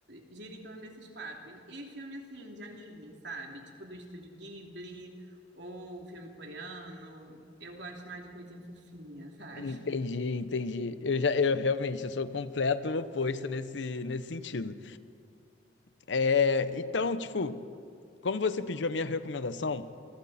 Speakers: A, on the right (about 70°); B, on the left (about 80°).
A: gira em torno desses quatro. E filme assim, de anime, sabe? Tipo do Estúdio Ghibli ou filme coreano. Eu gosto mais de coisinha fofinha, sabe?
B: Entendi, entendi. Eu já, eu realmente, eu sou o completo oposto nesse, nesse sentido. É, então, tipo, como você pediu a minha recomendação,